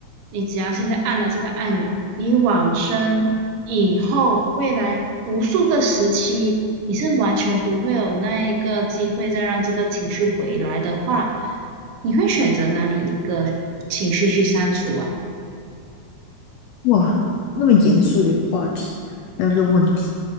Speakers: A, on the right; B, on the left.
A: 你只要现在按了这个按钮，你往生以后，未来无数个时期，你是完全不会有那一个机会再让这个情绪回来的话，你会选择哪里一个情绪去删除啊？
B: 哇，那么严肃的一个话题，还有一个问题，